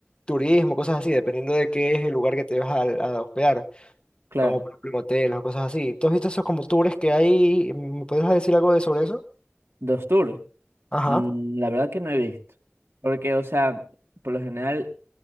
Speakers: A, on the left (about 25°); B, on the right (about 65°).
A: turismo, cosas así, dependiendo de qué es el lugar que te vas a a hospedar
B: claro.
A: como por ejemplo en hoteles o cosas así. ¿Tú has visto esos como tours que hay? ¿Me puedes decir algo de sobre eso?
B: Dos tours.
A: Ajá.
B: mm, la verdad que no he visto. Porque, o sea, por lo general